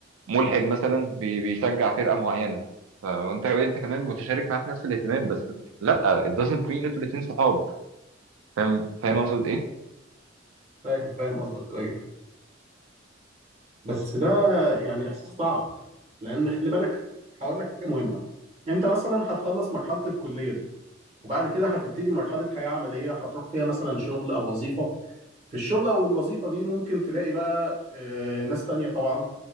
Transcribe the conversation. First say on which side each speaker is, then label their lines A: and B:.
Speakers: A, on the right; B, on the right.
A: ملحد مثلا بي- بيشجع فرقه معينه فانت انت كمان متشارك معاه في نفس الاهتمام بس لا it doesn't mean انتوا الاثنين صحاب فاهم فاهم اقصد ايه؟
B: فاهم فاهم قصدك ايوه بس ده يعني احساس صعب لان خلي بالك هقول لك حاجه مهمه انت مثلا هتخلص مرحله الكليه دي وبعد كده هتبتدي مرحلة حياة عملية هتروح فيها مثلا شغل أو وظيفة في الشغل أو الوظيفة دي ممكن تلاقي بقى آه، ناس تانية طبعا